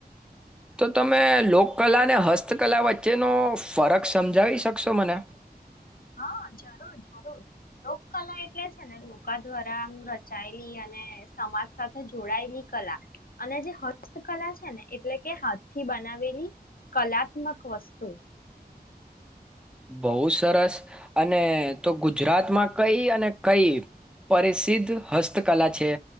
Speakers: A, in the centre; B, on the left.
A: તો તમે લોકકલા અને હસ્તકલા વચ્ચેનો ફરક સમજાવી શકશો મને
B: હા જરૂર જરૂર લોકકલા એટલે છે ને લોકા દ્વારામ રચાયેલી અને સમાજ સાથે જોડાયેલી કલા અને જે હસ્તકલા છે ને એટલે કે હાથ થી બનાવેલી કલાત્મક વસ્તુ
A: બહુ સરસ અને તો ગુજરાતમાં કઈ અને કઈ પરિસિદ્ધ હસ્તકલા છે